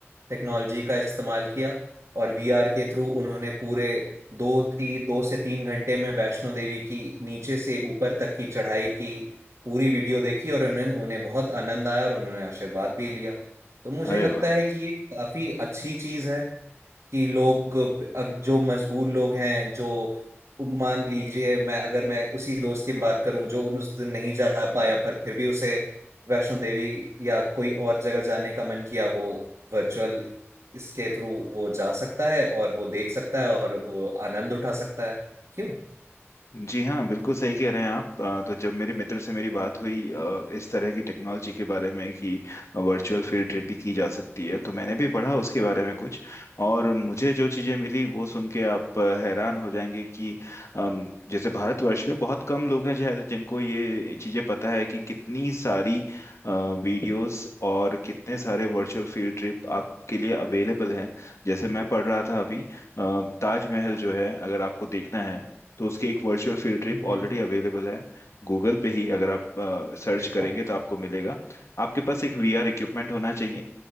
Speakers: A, on the right (about 85°); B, on the left (about 75°).
A: टेक्नोलॉजी का इस्तेमाल किया और वीआर के थ्रू उन्होंने पूरे दो ती, दो से तीन घंटे में वैष्णो देवी की नीचे से ऊपर तक की चढ़ाई की पूरी वीडियो देखी और उन्हें उन्हें बहुत आनंद आया और उन्होंने आशीर्वाद भी लिया तो मुझे
B: अरे
A: लगता
B: वाह
A: है कि ये काफी अच्छी चीज है कि लोग अग- जो मजबूर लोग हैं जो मान लीजिए मैं अगर मैं उसी दोस्त की बात करूं जो उन उस दिन नहीं जा पाया पर फिर भी उसे वैष्णो देवी या कोई और जगह जाने का मन किया वो वर्चुअल इसके थ्रू वो जा सकता है और वो देख सकता है और वो आनंद उठा सकता है क्यों
B: जी हाँ बिल्कुल सही कह रहे हैं आप अ, तो जब मेरे मित्र से मेरी बात हुई अ, इस तरह की टेक्नोलॉजी के बारे में कि वर्चुअल फील्ड ट्रिप भी की जा सकती है तो मैंने भी पढ़ा उसके बारे में कुछ और मुझे जो चीज़ें मिली वो सुन के आप अ, हैरान हो जाएंगे कि अम, जैसे भारतवर्ष में बहुत कम लोग हैं शायद जिनको ये चीज़ें पता है कि कितनी सारी वीडियोस और कितने सारे वर्चुअल फील्ड ट्रिप आप के लिए अवेलेबल हैं जैसे मैं पढ़ रहा था अभी अ, ताजमहल जो है अगर आपको देखना है तो उसकी एक virtual field trip
A: हम्म
B: already available है गूगल पे ही अगर आप सर्च
A: अरे
B: करेंगे
A: वाह
B: तो आपको मिलेगा आपके पास एक वीआर इक्विपमेंट होना चाहिए